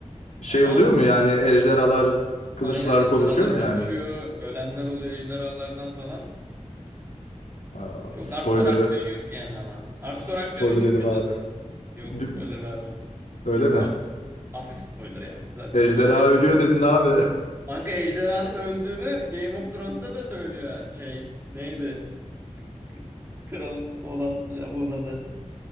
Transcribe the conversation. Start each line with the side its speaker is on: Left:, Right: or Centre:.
Left: Şey
Right: Ama
Left: oluyor mu yani ejderhalar kılıçlar
Right: Aynen ejderhalar
Left: konuşuyor mu
Right: kapışıyor.
Left: yani?
Right: Ölenler oluyor ejderhalardan falan.
Left: Aa,
Right: Çok
Left: spoiler'ı
Right: hardcore aksiyon yok yani ama. Hardcore
Left: spoiler
Right: aksiyon üçüncü
Left: yedim
Right: sezon.
Left: abi.
Right: Yok
Left: Bi-
Right: spoiler vermem.
Left: Öyle mi?
Right: Hafif hafif spoiler ya. Zaten
Left: Ejderha
Right: öyle.
Left: ölüyor dedin abi. <laughs>
Right: Kanka ejderhanın öldüğünü Game of Thrones'ta da söylüyor şey. Neydi? K- Kralın olan lavuğun adı.